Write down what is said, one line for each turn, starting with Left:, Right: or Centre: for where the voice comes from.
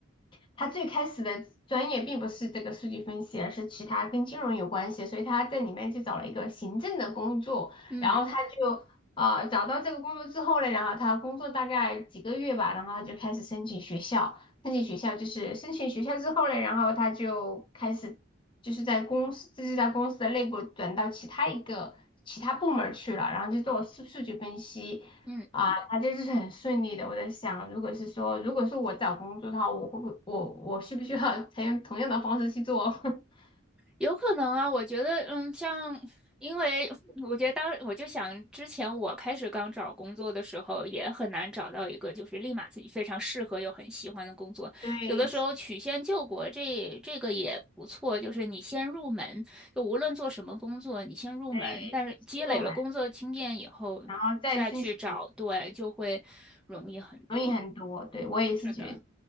Left: 他最开始的专业并不是这个数据分析，而是其他跟金融有关系，所以他在里面就找了一个行政的工作，
Centre: 嗯
Left: 然后他就呃找到这个工作之后呢，然后他工作大概几个月吧，然后他就开始申请学校，申请学校就是申请学校之后呢，然后他就开始就是在公司，就是在公司的内部转到其他一个其他部门儿去了，然后就做数数据分析。
Centre: 嗯。
Left: 啊，啊，就是很顺利的。我在想，如果是说，如果是我找工作的话，我会不会，我我需不需要 <laughs> 采用同样的方式去做？<laughs>
Centre: 有可能啊，我觉得，嗯，像，因为我觉得当，我就想之前我开始刚找工作的时候，也很难找到一个就是立马自己非常适合又很喜欢的工作。
Left: 对，
Centre: 有的时候曲线救国这这个也不错，就是你先入门，就无论做什么工作，你先入门，
Left: 对，
Centre: 但是积累了工作经验以后，
Left: 先入门，然后再申请。
Centre: 再去找，对，就会容易很多。
Left: 容易很多。对，我也是觉得，
Centre: 是的，